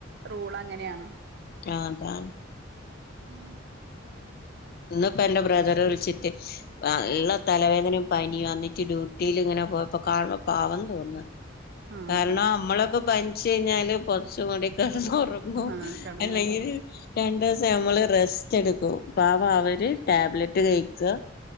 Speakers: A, on the right; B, on the left.
A: റൂൾ അങ്ങനെയാണ്
B: ആ അതാ
A: ഉം
B: ഇന്ന് ഇപ്പ എന്റെ ബ്രദറ് വിളിച്ചിട്ട നല്ല തലവേദനയും പനിയും വന്നിട്ട് ഡ്യൂട്ടിൽ ഇങ്ങനെ പോയപ്പോ കാണ പാവം തോന്നുന്നു
A: ആഹ്
B: കാരണം നമ്മളൊക്കെ പനിച്ച കഴിഞ്ഞാല് പൊത്ച്ച് മൂടി കടന്നൊറങ്ങും
A: ആഹ് കടന്നുറങ്ങും
B: അല്ലെങ്കിൽ രണ്ടു ദിവസം അമ്മള് റെസ്റ്റ് റ്റെടുക്കും പാവം അവര് ടാബ്ലറ്റ് കഴിക്ക